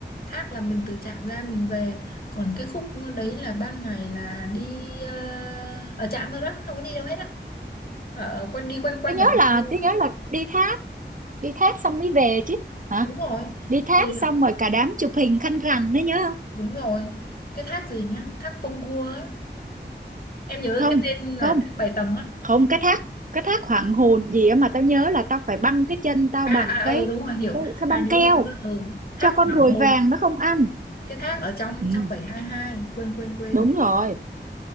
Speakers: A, on the left; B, on the right.
A: thác là mình từ trạm ra mình về còn cái khúc đấy là ban ngày là đi ờ, ở trạm thôi đó không có đi đâu hết á ở quanh đi quanh quanh
B: tôi nhớ
A: ở đấy
B: là
A: mua
B: tôi nhớ là đi thác đi thác xong mới về chứ hả
A: đúng rồi
B: đi thác
A: thì
B: xong
A: ờ,
B: rồi cả đám chụp hình khăn rằn đấy nhớ không
A: đúng rồi cái thác gì nhá thác Pông á em nhớ
B: không
A: cái tên là
B: không
A: thác Bảy Tầng á
B: không cái thác cái thác hoàng hồn gì á mà tao nhớ là tao phải băng cái chân tao
A: à
B: bằng
A: à
B: cái
A: ừ đúng rồi hiểu
B: cái cái
A: à
B: băng
A: nhớ
B: keo
A: nhớ nhớ ừ thác
B: cho con
A: Hoàng
B: ruồi
A: Hôn
B: vàng nó không ăn
A: cái thác ở trong
B: ừ,
A: trong 722 quên quên quên
B: đúng rồi